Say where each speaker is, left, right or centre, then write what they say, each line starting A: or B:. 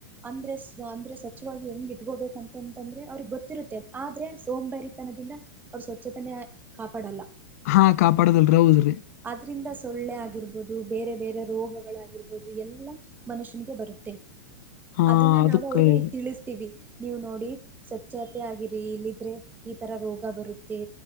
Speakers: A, on the right; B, on the left.
A: ಅಂದ್ರೆ ಸ್ ಅಂದ್ರೆ ಸ್ವಚ್ಛವಾಗಿ ಹೆಂಗ್ ಇಟ್ಕೋಬೇಕ ಅಂತಂತಂದ್ರೆ ಅವ್ರಿಗೆ ಗೊತ್ತಿರುತ್ತೆ ಆದ್ರೆ ಸೋಂಬರಿ ತನದಿಂದ. ಅವ್ರ್ ಸ್ವಚ್ಛತನೆ ಕಾಪಾಡಲ್ಲ.
B: ಹಾ ಕಾಪಾಡದಲ್ರಿ ಹೌದ್ ರಿ.
A: ಅದ್ರಿಂದ ಸೊಳ್ಳೆ ಆಗಿರ್ಬೊದು ಬೇರೆ ಬೇರೆ ರೋಗಗಳಾಗಿರ್ಬೊದು ಎಲ್ಲ ಮನುಷ್ಯನಿಗೆ ಬರುತ್ತೆ.
B: ಹಾ
A: ಅದುನ್ನ
B: ಅದು
A: ನಾವು ಅವ್ರಿಗೆ
B: ಕರೆರಿ
A: ತಿಳುಸ್ತಿವಿ. ನೀವ್ ನೋಡಿ ಸ್ವಚ್ಛತೆ ಆಗಿರಿ ಇಲಿದ್ರೆ ಈ ತರ ರೋಗ ಬರುತ್ ತ್ತೆ.